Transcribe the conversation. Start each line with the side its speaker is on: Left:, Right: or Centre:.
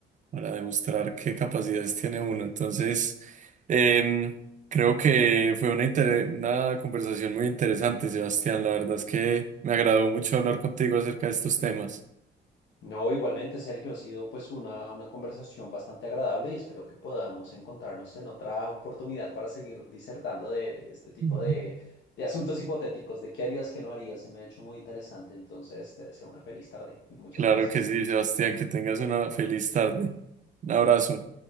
Right: para demostrar qué capacidades tiene uno. Entonces, em, creo que fue una, inter- una conversación muy interesante, Sebastián. La verdad es que me agradó mucho hablar contigo acerca de estos temas.
Left: No, igualmente, Sergio, ha sido pues una, una conversación bastante agradable y espero que podamos encontrarnos en otra oportunidad para seguir disertando de, de este tipo
Right: Ujú.
Left: de, de asuntos hipotéticos, de qué harías, qué no harías. Se me ha hecho muy interesante, entonces te deseo una feliz tarde y muchas
Right: Claro
Left: gracias.
Right: que sí, Sebastián, que tengas una feliz tarde. Un abrazo.